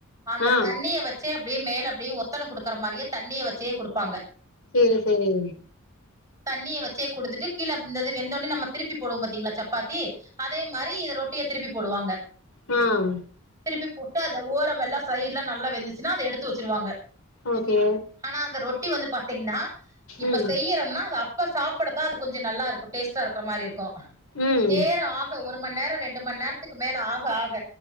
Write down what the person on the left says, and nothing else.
ஆ
சேரி சேரிங்
ம்
ஓகே
ம்
ம்